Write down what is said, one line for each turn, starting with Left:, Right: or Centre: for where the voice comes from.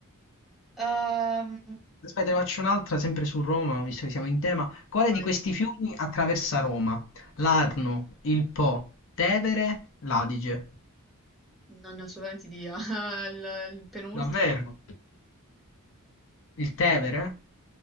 Centre: Ehm,
Left: Aspetta, ne faccio un'altra, sempre su Roma, visto che siamo in tema. Quale
Centre: vai.
Left: di questi fiumi attraversa Roma? L'Arno, il Po, Tevere, l'Adige.
Centre: non ne ho assolutamente idea. <laughs> Il, il penultimo.
Left: Davvero? Il Tevere?